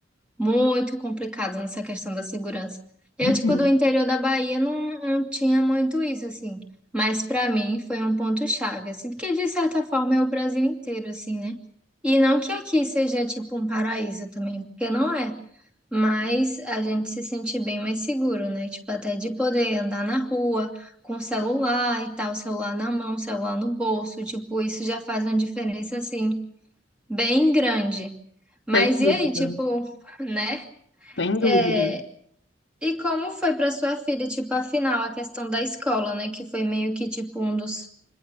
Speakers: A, in the centre; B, on the left.
A: muito complicado nessa questão da segurança. Eu,
B: uhum,
A: tipo, do interior da Bahia não, não tinha muito isso, assim. Mas pra mim foi um ponto-chave, assim, porque de certa forma é o Brasil inteiro, assim, né? E não que aqui seja, tipo, um paraíso também, porque não é. Mas a gente se sente bem mais seguro, né? Tipo, até de poder andar na rua com o celular e tal, celular na mão, celular no bolso, tipo, isso já faz uma diferença, assim, bem grande. Mas
B: sem dúvida,
A: e aí, tipo, né?
B: sem dúvida.
A: É, e como foi para sua filha, tipo, afinal, a questão da escola, né? Que foi meio que, tipo, um dos